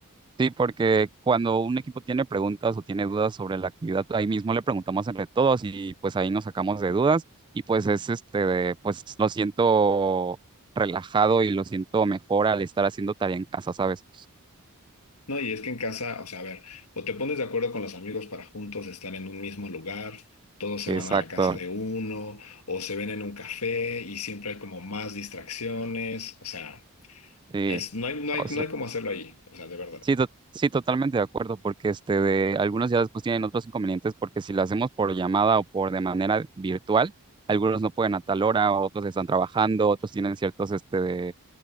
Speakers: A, on the right; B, on the left.
A: Sí, porque cuando un equipo tiene preguntas o tiene dudas sobre la actividad, ahí mismo le preguntamos entre todos y pues ahí nos sacamos de dudas y pues es este, de, pues lo siento relajado y lo siento mejor al estar haciendo tarea en casa, ¿sabes?
B: No, y es que en casa, o sea, a ver, o te pones de acuerdo con los amigos para juntos estar en un mismo lugar, todos se
A: Exacto,
B: van a la casa de uno, o se ven en un café y siempre hay como más distracciones, o sea.
A: sí,
B: Es, no hay, no
A: o
B: hay,
A: sea,
B: no hay cómo hacerlo ahí, o sea, de verdad.
A: sí, to- sí, totalmente de acuerdo, porque este, de algunos ya después tienen otros inconvenientes porque si lo hacemos por llamada o por de manera virtual, algunos no pueden a tal hora, otros están trabajando, otros tienen ciertos este,